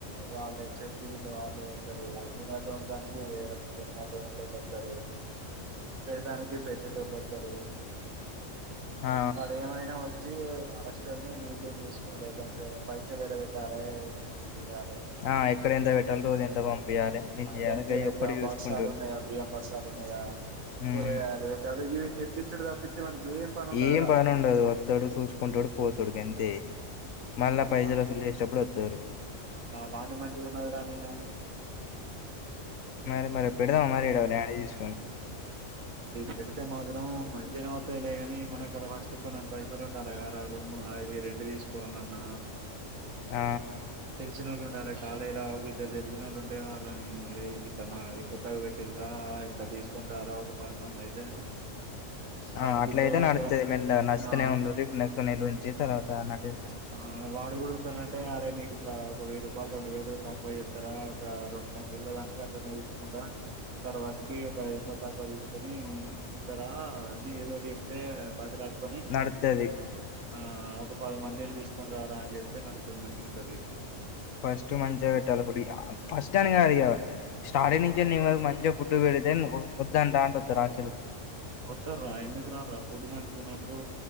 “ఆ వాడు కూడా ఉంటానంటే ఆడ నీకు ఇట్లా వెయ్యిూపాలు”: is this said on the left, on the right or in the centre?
Right